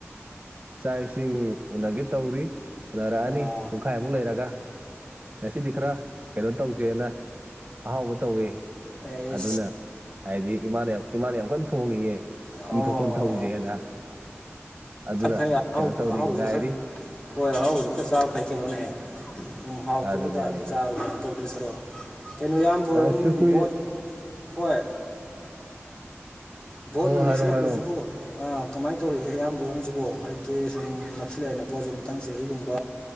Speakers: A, on the right; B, on the left.
A: ꯆꯥꯛ ꯏꯁꯤꯡ ꯎꯅꯒꯦ ꯇꯧꯔꯤ ꯎꯅꯔꯛꯑꯅꯤ
B: ꯑꯣ
A: ꯄꯨꯡꯈꯥꯏꯃꯨꯛ ꯂꯩꯔꯒ ꯉꯁꯤꯗꯤ ꯈꯔ ꯀꯩꯅꯣ ꯇꯧꯁꯦꯅ ꯑꯍꯥꯎꯕ ꯇꯧꯋꯦ
B: ꯑꯩ
A: ꯑꯗꯨꯅ ꯍꯥꯏꯗꯤ ꯏꯃꯥꯅ ꯏꯃꯥꯅ ꯌꯥꯝ ꯀꯟꯅ ꯊꯣꯡꯉꯌꯦꯦ
B: ꯑꯣ
A: ꯏ ꯊꯣꯛꯐꯝ ꯇꯧꯁꯦꯅ
B: ꯑꯣ ꯑꯣ
A: ꯑꯗꯨꯅ
B: ꯐꯩ ꯐꯩ ꯑꯍꯥꯎ
A: ꯀꯩꯅꯣ ꯇꯧꯔꯤ
B: ꯑꯍꯥꯎꯕꯁꯨ
A: ꯉꯥꯏꯔꯤ
B: ꯈꯔ ꯍꯣꯏ ꯑꯍꯥꯎꯕꯁꯨ ꯈꯔ ꯆꯥꯕ ꯐꯩ ꯀꯦꯉꯣꯅ ꯍꯦꯛ ꯑꯗꯨꯝ ꯍꯥꯎꯇꯕꯗ
A: ꯑꯗꯨꯅꯦ ꯍꯥꯏꯁꯦ
B: ꯆꯥꯕ ꯑꯗꯨ ꯇꯧꯗꯁꯔꯛꯑꯣ ꯀꯩꯅꯣ ꯌꯥꯝꯕꯣꯔꯝ
A: ꯑꯁꯨ ꯀꯨꯏ
B: ꯕꯣꯠ ꯍꯣꯏ ꯚꯣꯠ
A: ꯍꯣꯏ
B: ꯅꯨꯡ
A: ꯍꯥꯏꯔꯣ
B: ꯃꯁꯤꯜꯂꯛꯄꯁꯤꯕꯨ
A: ꯍꯥꯏꯔꯣ
B: ꯀꯃꯥꯏꯅ ꯇꯧꯔꯤꯒꯦ ꯑꯌꯥꯝꯕꯝꯁꯤꯕꯨꯣ ꯍꯥꯏꯗꯤ ꯁꯨꯝ ꯅꯛꯁꯤꯜꯂꯛꯑꯦꯅ ꯄꯣꯠꯁꯦ ꯃꯊꯪ ꯆꯍꯤꯒꯨꯝꯕ